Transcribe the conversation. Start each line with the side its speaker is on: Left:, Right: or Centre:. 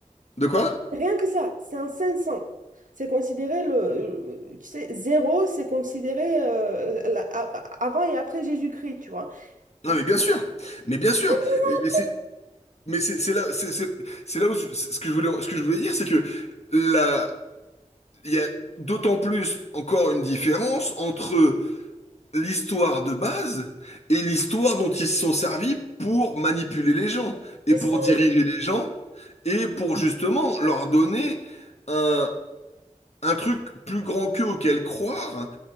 Left: De quoi?
Right: Rien que ça, c'est un 500. C'est considéré le, le- tu sais, zéro, c'est considéré euh, la- a- avant et après Jésus-Christ, tu vois.
Left: Non
Right: Mais
Left: mais bien sûr, mais bien sûr.
Right: c'est ça,
Left: Et-
Right: après.
Left: mais c'est- Mais c'est c'est là, c'est c'est- c'est là où ce ce que je voulais, ce que je voulais dire, c'est que là, il y a d'autant plus encore une différence entre l'histoire de base et l'histoire dont ils se sont servis pour manipuler les gens
Right: C'est
Left: et pour
Right: ça,
Left: diriger les gens et pour justement leur donner un, un truc plus grand qu'eux auquel croire